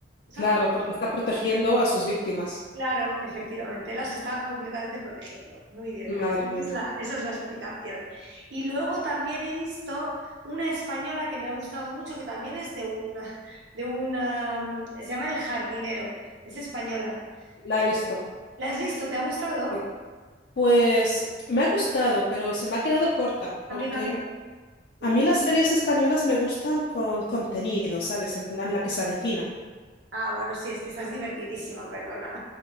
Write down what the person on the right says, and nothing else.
¿sabes?
Claro, efectivamente, las está completamente protegiendo. Muy bien,
esa
es la, esa es la explicación. Y luego también he visto una española que me ha gustado mucho, que también es de una, de una, se llama El Jardinero, es española.
Eh,
¿la has visto? ¿Te ha gustado?
A mí también.
Mm.
Ah, bueno, sí, es que estás divertidísima, perdona.